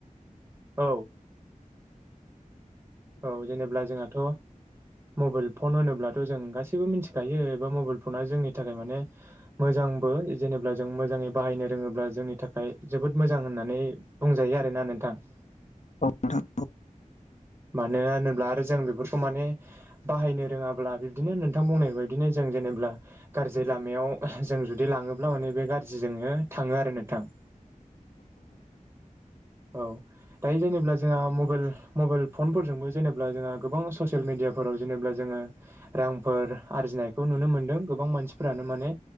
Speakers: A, on the right (about 20°); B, on the left (about 60°).
A: औ औ जेनेबा जोंहाथ' मबाइल फन होनोब्लाथ' जों गासैबो मिथिखायो एबा मबाइल फना जोंनि थाखाय माने मोजांबो जेनेब्ला जों मोजाङै बाहायनो रोङोब्ला जोंनि थाखाय जोबोद मोजां होननानै बुंजायो आरोना नोंथां। <inaudible>
B: औ नोंथां बुं
A: <unintelligible> होनोब्ला आरो जों बेफोरखौ माने बाहायनो रोङाब्ला बिदिनो नोंथां बुंनाय बायदिनो जों जेनेब्ला गाज्रि लामायाव जों जुदि लाङोब्ला माने बे गाज्रिजोंनो थाङो आरो नोंथां। <inaudible> औ दायो जेनेबा जोंहा मबाइल मबाइल फनफोरजोंबो जेनेबा जोंहा गोबां ससियेल मिडिया फोराव जेनेब्ला जोङो रांफोर आरजिनायखौ नुनो मोनदों गोबां मानसिफोरानो माने